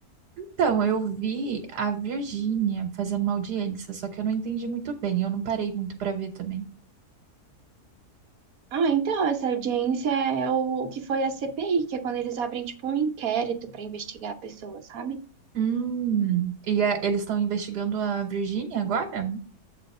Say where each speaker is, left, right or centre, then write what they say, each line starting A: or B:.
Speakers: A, on the right; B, on the right.
A: Então, eu vi a Virgínia fazendo uma audiência, só que eu não entendi muito bem. Eu não parei muito pra ver também.
B: Ah, então, essa audiência é o, o que foi a CPI, que é quando eles abrem, tipo, um inquérito pra investigar a pessoa, sabe?
A: Hum, e a- eles estão investigando a Virgínia agora?